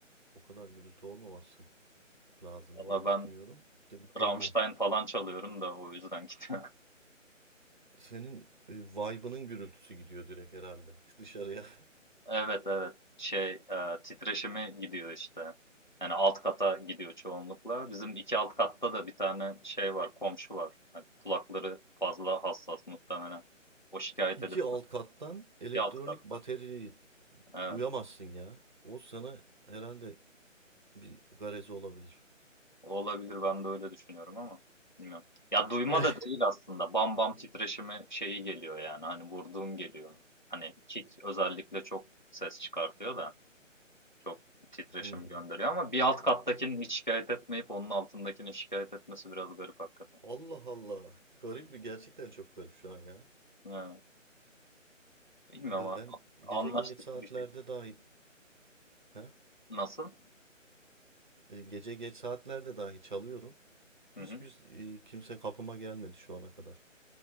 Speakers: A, on the right; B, on the left.
A: o kadar gürültü olmaması lazım
B: Valla
A: diye düşünüyorum.
B: ben
A: Demek ki
B: Rammstein
A: oluyor.
B: falan çalıyorum da o yüzden gidiyor. <laughs>
A: Senin e, vibe'ının gürültüsü gidiyor direkt herhalde <laughs> dışarıya.
B: Evet evet. Şey e, titreşimi gidiyor işte. Yani alt kata gidiyor çoğunlukla. Bizim iki alt katta da bir tane şey var, komşu var. Hani kulakları fazla hassas muhtemelen. O şikayet
A: İki
B: edip
A: alt kattan elektronik
B: iki alt katta.
A: bataryayı
B: Evet.
A: duyamazsın ya. O sana herhalde bir garezi olabilir.
B: Olabilir ben de öyle düşünüyorum ama bilmiyorum. Ya duyma
A: <laughs>
B: da değil aslında. Bam bam titreşimi şeyi geliyor yani. Hani vurduğun geliyor. Hani kick özellikle çok ses çıkartıyor da. Çok titreşim
A: Hmm.
B: gönderiyor ama bir alt kattakinin hiç şikayet etmeyip onun altındakinin şikayet etmesi biraz garip hakikaten.
A: Allah Allah. Garip bir gerçekten çok garip şu an ya.
B: Ha, bilmiyorum
A: Ben
B: abi. Anlaştık
A: gece geç saatlerde
B: bir şekilde.
A: dahi. He?
B: Nasıl?
A: E, Gece geç saatlerde dahi çalıyorum. Hiçbir
B: Hı hı.
A: e, kimse kapıma gelmedi şu ana kadar.